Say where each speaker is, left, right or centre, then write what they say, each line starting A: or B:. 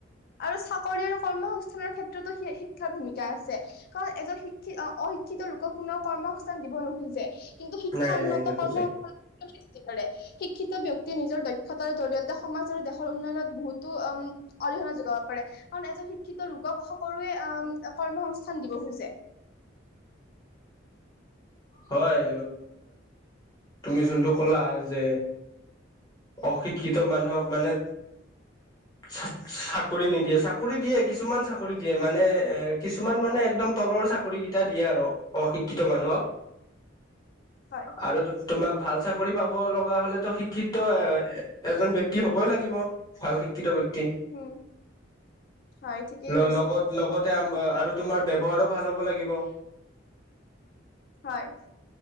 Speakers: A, on the left; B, on the left.
A: আৰু চাকৰি আৰু কৰ্মসস্থানৰ ক্ষেত্ৰতো শিক্ষাৰ ভূমিকা আছে কাৰণ এজন শিক্ষিত অশিক্ষিত লোকক কোনে কৰ্মসংস্থান দিব নোখোজে। কিন্তু শিক্ষা
B: নাই নাই
A: উন্নত
B: নোখোজে
A: কৰ্ম <unintelligible> সৃষ্টি কৰে। শিক্ষিত ব্যক্তিয়ে নিজৰ দক্ষতাৰ জৰিয়তে সমাজ আৰু দেশৰ উন্নয়নত বহুতো উম অৰিহণা যোগাব পাৰে, কাৰণ এজন শিক্ষিত লোকক সকলোৱে আ কৰ্মসস্থান দিব খোজে।
B: হয়, তুমি যোনটো কলা যে, অশিক্ষিত মানুহক মানে চা চাকৰি নিদিয়ে, চাকৰি দিয়ে কিছুমান চাকৰি দিয়ে, মানে এ কিছুমান মানে একদম তলৰ চাকৰিকেইটা দিয়ে আৰু অশিক্ষিত মানুহক।
A: হয়
B: আৰু তোমাক ভাল চাকৰি পাব লগা হলেতো শিক্ষিত এ এজন ব্যক্তি হ'বই লাগিব ভাল শিক্ষিত ব্যক্- -ক্তি
A: উম হয় ঠিকেই
B: লগত
A: কৈছা
B: লগতে আম আৰু তোমাৰ ব্যৱহাৰো ভাল হ'ব লাগিব।
A: হয়,